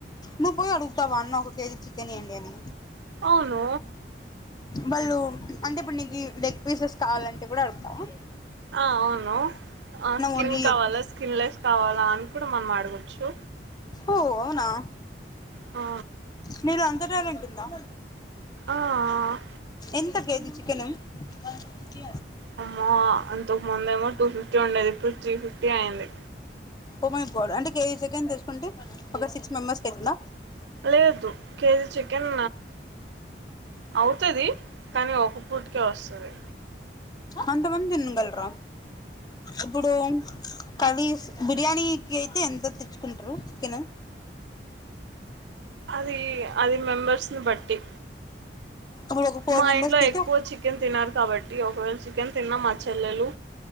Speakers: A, on the left (about 20°); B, on the right (about 75°).
A: ను పోయి అడుగుతావా అన్నా ఒక కేజీ చికెన్ ఇయండి అని
B: అవును
A: వాళ్ళు అంటే ఇప్పుడు నీకు లెగ్ పీసెస్ కావాలంటే కూడా అడుగుతావా
B: ఆ అవును ఆ స్కిన్
A: ఓన్లీ
B: కావాలా
A: లెగ్ పీస్
B: స్కిన్ లెఫ్ కావాలా అని కూడా మనం ఆడగవచ్చు
A: ఓ అవునా
B: ఆ
A: మీలో అంత టాలెంట్ ఉందా
B: ఆ
A: ఎంత కేజీ చికెన వన్ ఫఫ్టీ
B: అమ్మ అంతకుముందేమో టూ ఫిఫ్టీ ఉండేది ఇప్పుడు త్రీ ఫిఫ్టీ అయింది
A: ఎం అయిపోదు అంటే కేజీ చికెన్ తీసుకుంటే ఒక సిక్స్ మెంబర్స్ పెట్టిన
B: లేదు కేజీ చికెన్ అవుతది కానీ ఒక పూటికే వస్తుంది
A: అంతమంది తిినగలరా ఇప్పుడు కార్రీస్ బిర్యానీకి అయితే ఎంత తెచ్చుకుంటారు చికెన్
B: అది అది మెంబర్స్ని బట్టి
A: ఇప్పుడు ఒక ఫోర్
B: మా
A: మెంబర్స్కి
B: ఇంట్లో
A: అయితే
B: ఎక్కువ చికెన్ తినరు కాబట్టి ఒకవేళ చికెన్ తిన్నా మా చెల్లెలు